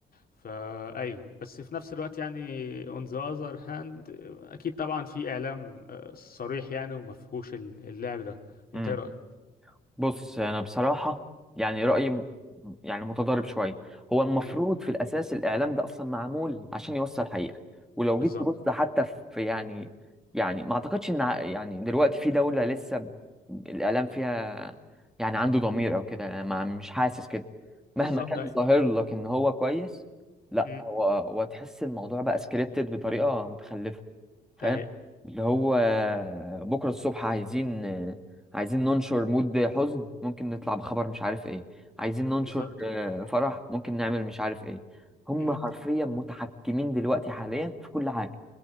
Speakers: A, on the left (about 50°); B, in the centre.
A: فايوه بس في نفس الوقت يعني on the other hand آه، اكيد طبعا في اعلام آه، صريح يعني ومفهوش اللعب ده
B: فاهم
A: انت ايه رايك
B: بص انا بصراحه يعني رايي م... يعني متضارب شويه هو المفروض
A: امم
B: في الاساس الاعلام ده اصلا معمول عشان يوصل حقيقه ولو
A: بالظبط
B: جيت تبص حتى في يعني يعني ما اعتقدش ان ع- يعني دلوقتي في دوله لسه ب- الاعلام فيها يعني عنده ضمير او كده انا ما مش حاسس كده مهما
A: بالظبط
B: كان ظاهر لك ان هو كويس لا
A: أيوة.
B: هو هو تحس الموضوع بقى سكريبتد بطريقه متخلفه فاهم
A: اهي
B: اللي هو بكرة الصبح عايزين عايزين ننشر مود حزن ممكن نطلع بخبر مش عارف ايه عايزين ننشر
A: بالظبط
B: آه، فرح ممكن نعمل مش عارف ايه هم
A: مم.
B: حرفيا متحكمين دلوقتي حاليا في كل حاجة